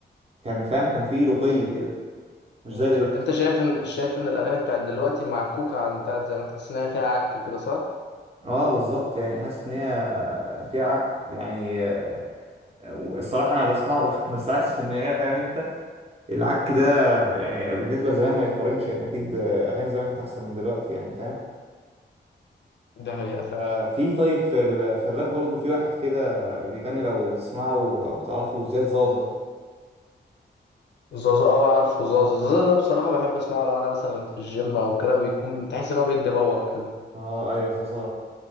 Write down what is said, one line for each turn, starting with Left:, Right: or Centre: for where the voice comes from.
Right: كان فاهم كان فيه رقي كده مش
Left: مم.
Right: زي دلوقتي
Left: أنت شايف إن شايف إن الأغاني بتاعت دلوقتي معكوكة عن بتاعت زمان تحس إنها فيها عك كده صح؟
Right: اه بالظبط يعني حاسس ان هي فيها عك يعني آه، الصراحه انا بسمعه <laughs> بس حاسس ان هي فاهم انت العك ده يعني بالنسبة لزمان ما يتقارنش يعني أكيد أغاني زمان كانت أحسن من دلوقتي يعني فاهم
Left: دي حقيقة فعلا
Right: آه، في طيب في ال... في الراب برضو في واحد كده بيغني لو تسمعه أو تعرفه زياد زازا
Left: زازا اه عارفه زازا زازا ده بصراحة بحب اسمعه لو انا مثلا في الجيم او كده بيكون تحس ان هو بيدي باور كده
Right: اه ايوه زازا